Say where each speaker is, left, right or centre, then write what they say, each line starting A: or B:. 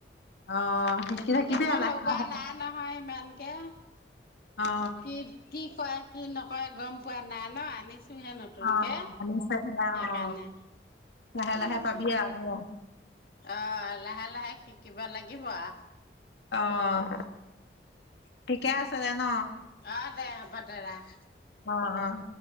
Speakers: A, on the left; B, on the left.
A: অ শিকি
B: তেনেকে
A: থাকিবি
B: মই
A: আৰু লাহে
B: লগোৱা
A: লাহে
B: নাই নহয় ইমানকে।
A: অ
B: কি কি কয় কি নকয় গম পোৱা নাই ন আনিছ- হে নতুনকে
A: অ আনিছে সেয়া
B: সেইকাৰণে।
A: অ লাহে
B: উম
A: লাহে পাবি
B: উম
A: আৰু দে
B: অ লাহে লাহে শিক কিবা লাগিব আ
A: অঁ! ঠিকে আছে যে ন?
B: অ দে হ'ব দে ৰাখ।
A: অহ অহ